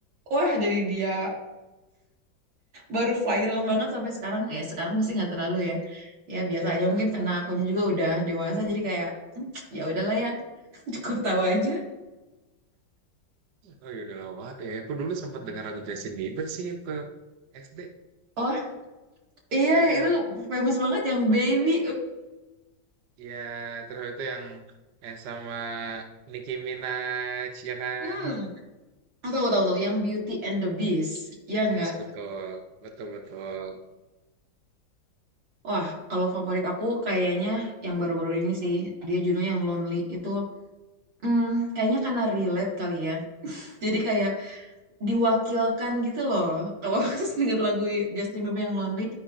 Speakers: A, on the right; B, on the right.
A: wah dari dia baru viral banget sampai sekarang eh sekarang sih nggak terlalu ya ya biasa
B: Iya
A: aja
B: nggak
A: mungkin
B: pernah.
A: karena akunya juga udah dewasa jadi kayak "Hmm, ya udahlah ya <laughs> cukup tahu aja
B: Oh iya udah lama banget ya. Aku dulu sempat dengar lagu Justin Bieber sih ke SD.
A: oh iya
B: Iya
A: itu famous banget yang baby
B: iya terus itu yang yang sama Nicki Minaj ya kan.
A: <laughs> hmm tahu tahu tahu yang Beauty and the Beast ya nggak
B: Yes betul betul betul.
A: wah kalau favorit aku kayaknya yang baru-baru ini sih dia judulnya yang Lonely itu hmm, kayaknya karena relate kali ya jadi kayak diwakilkan gitu loh. Kalau <laughs> denger lagu Justin Bieber yang Lonely,